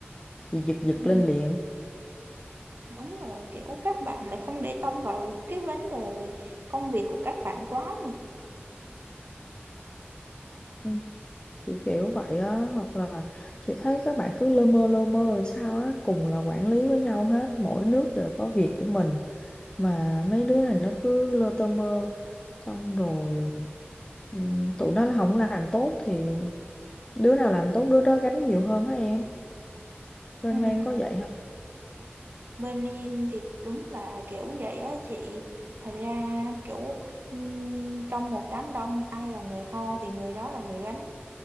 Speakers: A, on the left; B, on the right.
A: chị giật giật
B: Ừ.
A: lên liền
B: Đúng rồi, kiểu các bạn lại không để tâm vào cái vấn đề công việc của các bạn quá nha.
A: Ừ, kiểu kiểu vậy á hoặc là chị thấy các bạn cứ lơ mơ lơ mơ làm sao á cùng là quản lý với nhau hết mỗi nước đều có việc của mình mà mấy đứa này nó cứ lơ tơ mơ xong rồi ừ, tụi nó không làm tốt thì đứa nào làm tốt đứa đó gánh nhiều hơn á em bên
B: Ừm,
A: em có vậy
B: bên em thì đúng là kiểu vậy á chị. Thật ra kiểu ừm, trong một đám đông ai là người ho thì người đó là người gánh